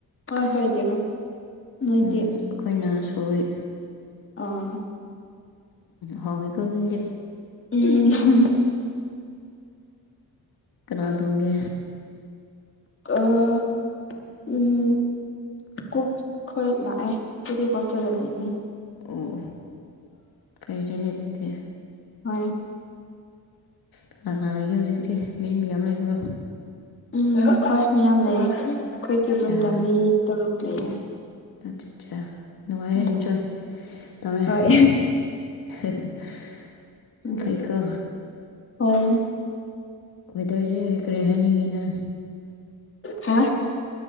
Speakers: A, on the left (about 35°); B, on the left (about 70°).
A: ꯍꯣꯏ ꯍꯣꯏ ꯌꯦꯔꯨꯝ ꯅꯣꯏꯗꯤ
B: ꯎꯝ ꯑꯩꯈꯣꯏꯅ ꯁꯧꯔꯤ
A: ꯑꯥ
B: ꯍꯥꯎꯏꯀꯣ ꯅꯣꯏꯗꯤ
A: ꯎꯝ <unintelligible>
B: ꯀꯅꯥ ꯊꯣꯡꯒꯦ
A: ꯑꯥ ꯎꯝ ꯀꯨꯛ ꯈꯣꯏ ꯂꯥꯛꯑꯦ ꯑꯩꯈꯣꯏꯗꯤ ꯍꯣꯁꯇꯦꯜꯗ ꯂꯩꯕꯅꯤ
B: ꯑꯣ ꯀꯩꯔꯦꯅꯦ ꯑꯗꯨꯗꯤ
A: ꯍꯣꯏ
B: ꯀꯅꯥ ꯀꯅꯥꯥ ꯂꯩꯒꯦ ꯍꯧꯖꯤꯛꯇꯤ ꯃꯤ ꯃꯌꯥꯝ ꯂꯩꯕ꯭ꯔꯣ
A: ꯎꯝ ꯍꯣꯏ ꯃꯌꯥꯝ ꯂꯩꯌꯦ ꯑꯩꯈꯣꯏꯒꯤ
B: ꯑꯠꯆꯥ
A: ꯔꯨꯝꯗ ꯃꯤ ꯇꯔꯨꯛ ꯂꯩꯌꯦ
B: ꯑꯆꯥ ꯆꯥ ꯅꯨꯡꯉꯥꯏꯔꯦ
A: ꯎꯝ
B: ꯏꯟꯖꯣꯏ ꯇꯧꯔꯦ
A: ꯍꯣꯏ
B: <unintelligible>
A: ꯎꯝ
B: ꯐꯩꯀꯣ
A: ꯍꯣꯏ
B: ꯋꯦꯗꯔꯖꯦ ꯀꯔꯤ ꯍꯥꯏꯅꯤꯡꯉꯤ ꯅꯪ
A: ꯍꯥꯥ